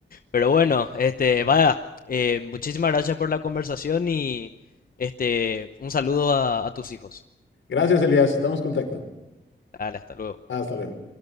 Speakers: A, on the left; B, on the left.
A: Pero bueno, este, vaya, eh, muchísimas gracias por la conversación y este, un saludo a, a tus hijos.
B: Gracias, Elías, estamos en contacto.
A: Dale, hasta luego.
B: Hasta luego.